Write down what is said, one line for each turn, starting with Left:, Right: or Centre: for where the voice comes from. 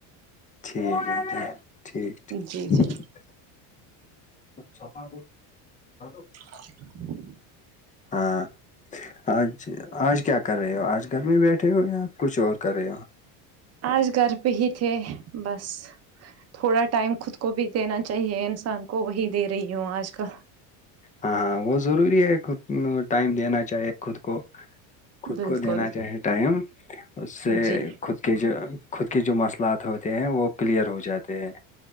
Left: ٹھیک ہے ٹھیک ٹھیک
Right: جی جی
Left: اچھا تھا ب <inaudible>
Right: <unintelligible>
Left: ہاں آج آج کیا کر رہے ہو آج گھر میں بیٹھے ہو یا کچھ اور کر رہے ہو
Right: آج گھر پہ ہی تھے بس تھوڑا ٹائم خود کو بھی دینا چاہیے انسان کو وہی دے رہی ہوں آج کل
Left: ہاں ہاں وہ ضروری ہے خود ٹائم دینا چاہے خود کو خود
Right: بالکل
Left: کو دینا چاہے ٹائم اس سے
Right: جی
Left: خود کے جو خود کے جو مسئلات ہوتے ہیں وہ کلیئر ہو جاتے ہیں